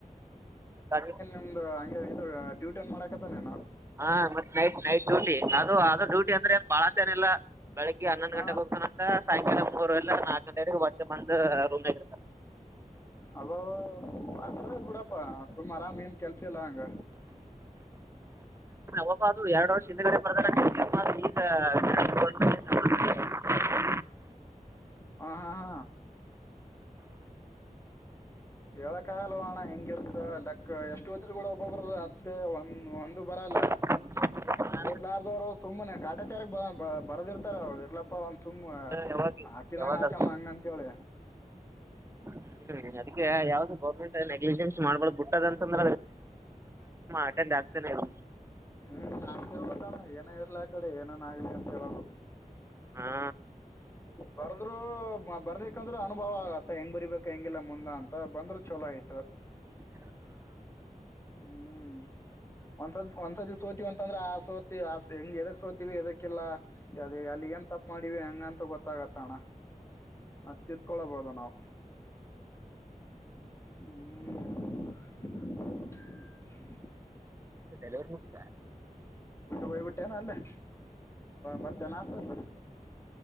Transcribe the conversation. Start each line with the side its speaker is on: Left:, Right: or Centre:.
Right: ಹಾಗೆ
Left: ಇಂದು ಅಂಗೆ ಡ್ಯೂಟಿನ್ ಮಾಡಕತ್ತಲ್ಲ ನೀನು
Right: ಹಾ ಮತ್ತೆ ನೈಟ್ ನೈಟ್ ಡ್ಯೂಟಿ ಅದು ಅದು ಡ್ಯೂಟಿ ಅಂದ್ರೆನ್ ಬಾಳ ನ ಇಲ್ಲ ಬೆಳಗ್ಗೆ ಹನ್ನೊಂದು
Left: ಹ
Right: ಗಂಟೆಗೆ ಹೋಗತಾನ ಸಾಯಂಕಾಲ ಮೂರಲ್ಲ ನಾಕ ಗಂಟೆ ಮತ್ತೆ ಬಂದ ರೂಮ್ಗ ಇರ್ತ್ತದೆ
Left: ಅಬ ಅದ ಕುಡಪ್ಪಾ ಸುಮ್ ಆರಾಮ ಏನ್ ಕೆಲ್ಸ ಇಲ್ಲಾ ಹಂಗ
Right: ಬ ಅದು ಎರಡು ವರ್ಷ ಹಿಂದಗಡೆ ಬರ್ದಾರ ಈಗ <inaudible>
Left: ಹ ಹಾ ಹಾ ಏಳ ಕಾಯಲ್ವಾಣ್ಣ ಹೆಂಗಿರತ್ತ ಲಕ್ ಎಷ್ಟು ಹೊತ್ ಕೂಡ ಒಬ್ಬ ಬರದ ಅ ಒಂದ ಒಂದು ಬರಲ್ಲ
Right: <inaudible>
Left: ಓದ್ಲಾರ್ದವರು ಸುಮ್ಮ್ನೆ ಕಾಟಾಚಾರ ಬ ಬ ಬರದಿರ್ತಾರ ಅವ್ಳ ಇರ್ಲಪ್ಪಾ ಒಂದ ಸುಮ್ಮ
Right: ಯಾವಾಗ
Left: ಹಾಕಿದಂಗ
Right: ಯಾವಾಗ
Left: ಹಾಕಮ್ಮ ಹಂಗ ಅಂತವಲ್
Right: ಹ್ಮ್ ಅದಕ್ಕೆ ಯಾವ್ದ ಗರ್ಮೆಂಟ್ ನೆಗ್ಲಿಜೆನ್ಸ್ ಮಾಡಬಾರದು ಬಿಟ್ಟದ ಅಂತ ಅಟೆಂಡ್ ಆಗ್ತನ ಇರು
Left: ಹ್ಮ ಹಾಕ್ತಿರ್ಬೇಕಣ್ಣ ಏನ ಇರ್ಲಿ ಆ ಕಡೆ ಏನನ್ ಆಗಲಿ ಅಂತಬೇಕಣ
Right: ಹಾ
Left: ಬರ್ದ್ರು ಬರ್ಲಿಕ್ಕಂದ್ರರು ಅನುಭವ ಆಗತ್ತ ಹೆಂಗ್ ಬರಿಬೇಕು ಹೆಂಗಿಲ್ಲ ಮುಂದ ಅಂತ ಬಂದ್ರರು ಚಲೋ ಆಯ್ತು
Right: <inaudible>
Left: ಹ್ಮ್ ಒಂದಸ ಒಂದು ಸತಿ ಸೋತಿ ವಿ ಅಂಥ ಅತ್ತಂದ್ರ ಆ ಸೋತಿ ಆ ಹೆಂಗ್ ಎದಕ್ ಸೋತಿವಿ ಎದಕ್ಕಿಲ್ಲಾ ಅದೇ ಅಲ್ಲಿ ನ್ ತಪ್ಪ ಮಾಡಿವ ಹೆಂಗಂತ ಗೊತ್ತಾಗತ್ತ ಅಣ ಅದು ತಿದ್ಕೊಳ್ಳಬಹುದು ನಾವು ಹ್ಮ
Right: ಡೆಲಿವರಿ ಇರುತ್ತ
Left: ಹೋಗ್ಬಿತ್ತೇನು ಅಲ್ಲೆ ಮತ್ತೆ ಏನು ಹಾಸ್ಪಿಟಲ್